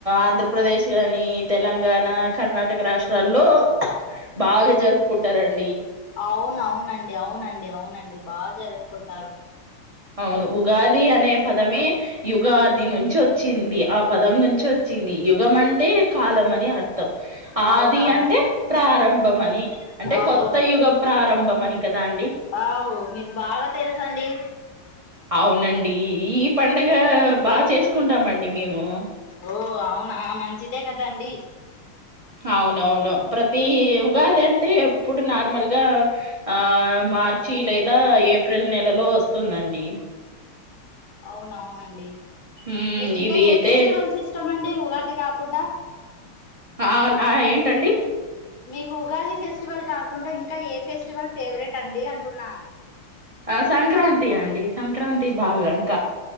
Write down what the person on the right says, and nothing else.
ఆంధ్రప్రదేశ్ కానీ తెలంగాణా కర్ణాటక రాష్ట్రాల్ ల్లో బాగా జరుక్పుంటారం
అవును ఉగాది అనే పదమే యుగాది నుంచ్చొంది ఆ పదం నుంచ్చొంది యుగం అంటే కాలం అని అర్ ర్థం
ఆది
అంటే ప్రారంభమని అంటే
కొత్త యుగ ప్రారంభమని కదా అండి
అవునండీ ఈ పండగ్ గా బా చేస్కుంటామండి మేమూ
అవునవును ప్రతీ ఉగాదంటే ఎప్పుడు నార్మల్గా ఆ మార్చి లేదా ఏప్రిల్ నెలలో వస్తుందండి
ఉమ్
ఇది
అయితే
అవున్ ఆ ఏంటండి
ఆ సంక్రాంతి అండి సంక్రాంతి బాగా ఇంకా